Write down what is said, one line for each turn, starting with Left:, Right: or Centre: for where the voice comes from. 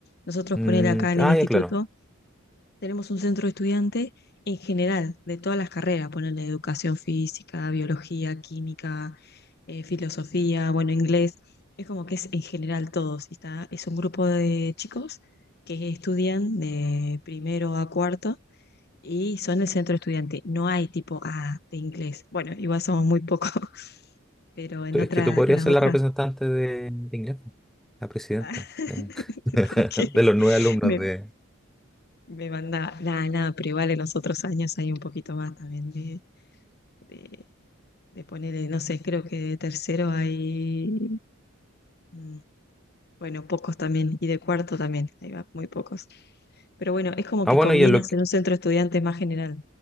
Left: Nosotros
Centre: Mm,
Left: ponele acá en
Centre: ah,
Left: el instituto
Centre: ya claro.
Left: tenemos un centro de estudiante en general, de todas las carreras, ponerle educación física, biología, química, eh, filosofía, bueno, inglés. Es como que es en general todos. y está, es un grupo de chicos que estudian de primero a cuarto y son el centro estudiante. No hay tipo A de inglés. Bueno, igual somos muy pocos, <laughs> pero en
Centre: Tú- Es
Left: otra,
Centre: que tú podrías
Left: en las
Centre: ser
Left: otras.
Centre: la representante de, de inglés, po, la presidenta
Left: <laughs>
Centre: de, <laughs>
Left: Porque
Centre: de los nueve alumnos
Left: me,
Centre: de...
Left: me manda, nada, nada, pero igual en los otros años hay un poquito más también de, de de poner, no sé, creo que de tercero hay, mm, bueno, pocos también, y de cuarto también, ahí va, muy pocos. Pero bueno, es como
Centre: Ah,
Left: que
Centre: bueno,
Left: conviene
Centre: y a lo
Left: hacer
Centre: que,
Left: un centro de estudiantes más general.